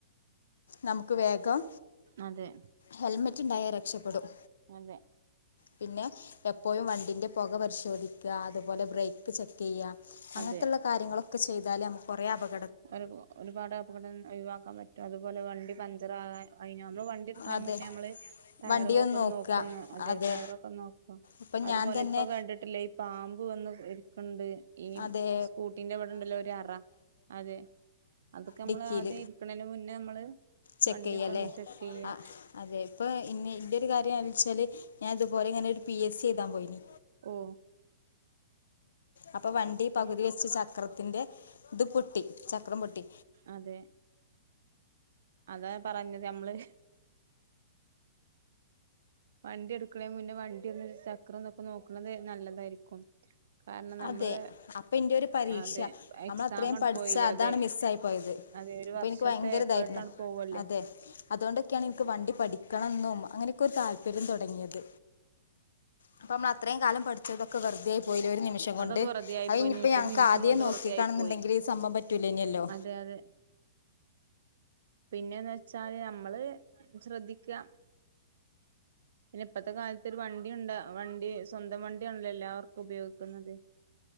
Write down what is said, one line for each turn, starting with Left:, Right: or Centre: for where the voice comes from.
Left: നമുക്ക് വേഗം
Right: അതെ
Left: ഹെൽമെറ്റ് ഉണ്ടായാ രക്ഷപ്പെടും
Right: അതെ
Left: പിന്നെ എപ്പോഴും വണ്ടിന്റെ പുക പരിശോധിക്കുക അതുപോലെ ബ്രേക്ക് ചെക്ക് ചെയ്യാം അങ്ങനത്തെുള്ള
Right: അതെ
Left: കാര്യങ്ങളൊക്കെ ചെയ്താൽ നമുക്ക് കുറെ അപകടങ്ങൾ
Right: ഒരു ഒരുപാട് അപകടം ഒഴിവാക്കാൻ പറ്റും അതുപോലെ വണ്ടി പഞ്ചർ ആകാൻ അഴിഞ്ഞ് വണ്ടി വണ്ടി എടുക്കണമുന്നേ
Left: അതെ
Right: നമ്മള് ടയറുകളൊക്ക
Left: വണ്ടിയൊന്ന്
Right: ഒന്ന്
Left: നോക്കുക
Right: നോക്കുന്നു അതേ
Left: അതെ
Right: ടയറൊക്കെ നോ
Left: ഇപ്പം
Right: അതുപോലെ
Left: ഞാൻ തന്നെ
Right: ഇപ്പൊ കണ്ടിട്ടില്ലേ ഈ പാമ്പ് വന്ന് ഇരിക്കണ്ട് ഈ
Left: അതെ
Right: സ്കൂട്ടിന്റെ ഇവിടെ ഉണ്ടല്ലോ ഒരു അറ അതെ അതൊക്കെ നമ്മള്
Left: ഡിക്കിയിൽ
Right: ആദ്യം ഇരിക്കണതിന് മുന്നേ നമ്മള്
Left: ചെക്ക്
Right: വണ്ടിയൊപ്പ
Left: ചെയ്യല്ലേ
Right: ഇന്ന് ചെക്ക് ചെയ്യാ
Left: ആ അതെ ഇപ്പം ഇനി ഇൻ്റെ ഒരു കാര്യംണന്ന് വെച്ചാല് ഞാൻ ഇതുപോലെ ഇങ്ങനെ ഒരു പി എസ് സി എഴുതാൻ പോയിനി
Right: ഓ
Left: അപ്പൊ വണ്ടി പകുതി വെച്ച് ചക്രത്തിന്റെ ഇത് പൊട്ടി ചക്രം പൊട്ടി
Right: അതെ അതാ പറഞ്ഞത് നമ്മള് വണ്ടി എടുക്കണേ മുന്നേ വണ്ടി ഒന്ന് ചക്രംന്നൊക്കെ നോക്കണത് നല്ലതായിരിക്കും. കാരണം നമ്മള്
Left: അതെ അപ്പൊ എന്റെ ഒരു പരീക്ഷ
Right: അതെ
Left: നമ്മൾ
Right: എക്സാം
Left: അത്രയും
Right: ആണ്ട്
Left: പഠിച്ച
Right: പോയിലേ
Left: അതാണ്
Right: അതെ
Left: മിസ്സായി
Right: ഉം
Left: പോയത്
Right: അതെ ഒരു
Left: അപ്പൊ
Right: വർഷത്തെ
Left: എനിക്ക് ഭയങ്കര
Right: എഫേർട്ടാണ്ട്
Left: ഇതായിരുന്നു
Right: പോവല്ലേ.
Left: അതെ അതുകൊണ്ടൊക്കെയാണ് ഇൻക്ക് വണ്ടി പഠിക്കണം ന്നും അങ്ങനെക്കെ ഒരു താല്പര്യം തൊടങ്ങിയത്. അപ്പ നമ്മൾ അത്രേം കാലം പഠിച്ചതൊക്കെ വെറുതയായി പോയില്ലേ ഒരു നിമിഷം കൊണ്ട്
Right: അതൊക്കെ വെറുതെയായി
Left: അഹ്
Right: പോയി
Left: ഇഞ്ഞിപ്പം
Right: നിമിഷ
Left: ഞങ്ങൾക്ക്
Right: നിമിഷം
Left: ആദ്യേ
Right: കൊണ്ട്
Left: നോക്കിക്കാണുന്ന്ണ്ടെങ്കി
Right: വെറുതെയായി പോയി
Left: ഈ സംഭവം പറ്റൂലേനല്ലോ.
Right: അതെ അതെ പിന്നെന്ന് വെച്ചാല് നമ്മള് ശ്രദ്ധിക്കാ. പിന്നെ ഇപ്പത്തെ കാലത്ത് ഒരു വണ്ടിണ്ട വണ്ടി സ്വന്തം വണ്ടിയാണല്ലോ എല്ലാവർക്കും ഉപയോഗിക്കുന്നത്.